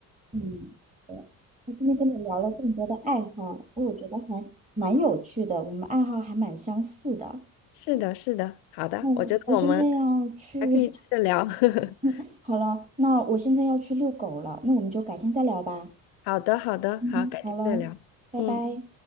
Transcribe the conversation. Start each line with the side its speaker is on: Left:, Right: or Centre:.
Right: 嗯，那今天跟你聊了这么多的爱好，哎我觉得还蛮有趣的，我们爱好还蛮相似的。
Left: 是的，是的，好的，
Right: 嗯，
Left: 我觉得我们
Right: 我现在要去，
Left: 还可以接着聊。<laughs>
Right: <laughs> 好了，那我现在要去遛狗了，那我们就改天再聊吧。
Left: 好的，好的，
Right: 嗯，
Left: 好，改天再聊。
Right: 好了，拜拜。
Left: 嗯。